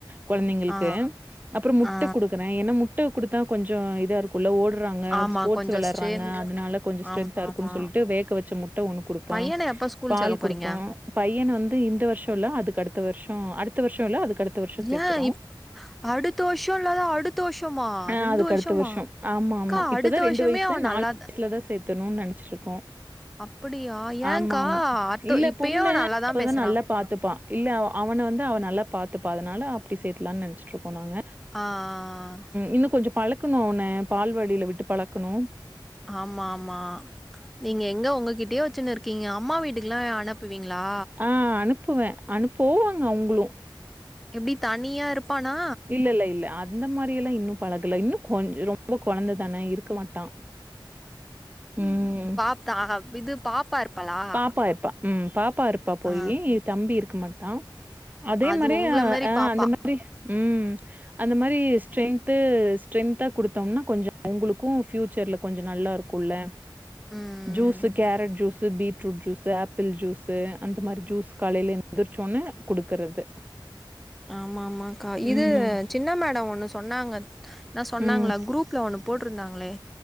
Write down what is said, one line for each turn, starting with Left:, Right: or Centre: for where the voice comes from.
Right: கொழந்தைங்களுக்கு
Centre: ஆ
Right: அப்புறோ முட்ட
Centre: ஆ
Right: கெடுக்கறே என்னா முட்ட முட்ட குடுத்தா கொஞ்சோ இதா இருக் குள்ள ஓட்றாங்க
Centre: ஆமா
Right: ஸ்போர்ட்ஸ்
Centre: கொஞ்சோ
Right: வெளாட்றாங்க
Centre: ஸ்ட்ரென்
Right: அதனால கொஞ்சோ ஸ்ட்டென்த்தா
Centre: ஆமா
Right: இருக்குன்
Centre: ஆமா
Right: சொல்லிட்டு வேக்க வச்ச மு முட்ட ஒண்ணு குடுப்ப
Centre: பையன எப்ப ஸ்கூல்
Right: பால்
Centre: சேக்க போறீங்க
Right: குடுப்ப பையன் வந்து இந்த வருஷோ இல்ல அதுக்கு அடுத்த வருஷொ அடுத்த வருஷொ இல்ல அதுக்கு அடுத்த வருஷம் சேத்துறோம்.
Centre: ஏ இப் அடுத்த வருஷொ இல்லாத அடுத்த வருஷமா
Right: ஆ
Centre: ரெண்டு
Right: அதுக்கு
Centre: வருஷமா
Right: அடுத்த வருஷொ ஆமா
Centre: அக்கா
Right: ஆமா இப்பதா
Centre: அடுத்த வருஷமே
Right: ரெண்டு வயசு
Centre: அவ
Right: நாலு
Centre: நல்லாத
Right: வயசுல தா சேத்தணுன்னனு நெனைச்சிட்ருக்கோ
Centre: அப்படியா ஏன்க்கா
Right: ஆமாமா
Centre: அத்த
Right: இல்ல
Centre: இப்பயு
Right: பொண்ணு
Centre: நல்லாதா
Right: அப்பதா
Centre: பேசுறா
Right: நல்லா பாத்துப்பான் இல்ல அவ அவனை வந்து அவள் நல்லா பாத்துப்பா அதனால அப்டி சேத்துலான்னு நெனச்சிட்ருக்கோ நாங்க
Centre: ஆ ஆ ஆ
Right: இன்னு கொஞ்சோ பழக்கணு அவன பால்வாடில விட்டு பழக்கணு
Centre: ஆமாமா நீங்க எங்க உங்ககிட்டயே வச்சுன்னு இருக்கீங்க அம்மா வீட்டுக்குல்லா அனு ப்புவீங்களா
Right: அ அனுப்புவே அனுப் போவாங்ங அவுங்களு
Centre: எப்டி தனியா இருப் ப்பானா
Right: இல்ல இல்ல இல்ல அந்த மாரி எல்லா இன்னு பழகல இன்னு கொஞ்சரோ ப்போ கொழந்ததான இருக்க மாட்டா ம்
Centre: தாஹாப் இது பாப்பா இருப்பாளா
Right: பாப்பா இருப்பா ம் பாப்பா இருப்பா போயி
Centre: ஆ
Right: தம்பி இருக்க மாட்டா அதே
Centre: அது
Right: மாரியே
Centre: உங்கள
Right: அ
Centre: மாரி பாப்பா
Right: அந்த மாரி ம் அந்த மாரி ஸ்ட்ரென்த்து ஸ்ட்ரென்த்தா குடுத்தோம்னா கொஞ்சோ அவுங்களுக்கு ஃப்யூச்சர்ல கொஞ்சோ நல்லா இருக் குள்ள
Centre: ம்
Right: ஜூஸு carrot juice beetroot juice apple juice அந்த மாரி ஜூஸ் காலையில எந்திரிச்சோன்னே குடுக்கறது
Centre: ஆமா ஆமாக்கா இது
Right: ம்.
Centre: சின்ன மேடோ ஒண்ணு சொன்னாங்க என்ன சொன்னாங்களா
Right: ம்.
Centre: குரூப்ல ஒண்ணு போட்ருந்தாங்களே